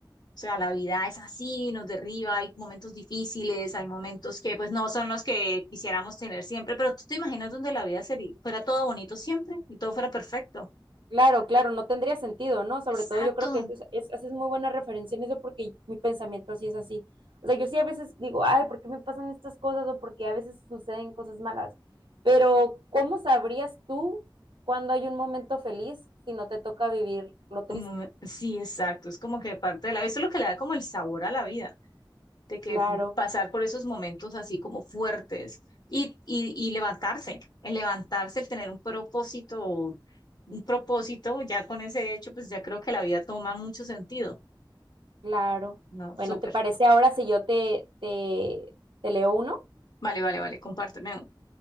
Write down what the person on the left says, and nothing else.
O sea, la vida es así, nos derriba, hay momentos difíciles, hay momentos que pues no son los que quisiéramos tener siempre, pero tú te imaginas donde la vida sería, fuera todo bonito siempre y todo fuera perfecto.
Exacto.
Un momen- sí, exacto. Es como que parte de la vida, eso es lo que le da como el sabor a la vida, de que
pasar por esos momentos así como fuertes y, y, y levantarse, el levantarse, el tener un propósito, un propósito, ya con ese hecho, pues ya creo que la vida toma mucho sentido.
No,
súper.
Vale, vale, vale, compárteme uno.